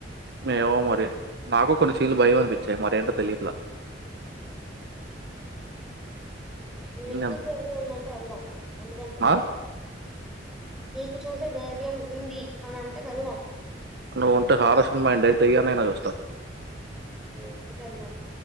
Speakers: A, on the right (about 65°); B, in the centre.
A: ఏమో మరి నాకు కొన్ని సీన్లు భయం అనిపించాయి మరి ఏంటో తెలియట్ల
B: ఎన్ <unintelligible> ఉండుంటే
A: ఏంది అంత-
B: వేళ్దాం ఎందుకంటే
A: ఆ?
B: నీకు చూసే ధైర్యం ఉంది అని అంటే వెళ్దాం
A: నువ్వు ఉంటే హారస్ సినిమా ఏందే దెయ్యాన్ని అయినా చూస్తా
B: ఆ అయితే వెళ్దాం